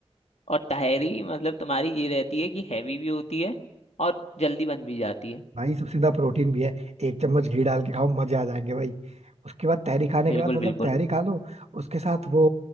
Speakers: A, on the left (about 85°); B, on the right (about 85°).
A: और ताहरी मतलब तुम्हारी ये रहती है कि हैवी भी होती है और जल्दी बन भी जाती है
B: भाई सबसे ज्यादा प्रोटीन भी है एक चम्मच घी डाल के खाओ मजे आ जाएंगे भाई उसके बाद तहरी खाने
A: बिल्कुल
B: के बाद मतलब
A: बिल्कुल
B: तहरी खा लो उसके साथ वो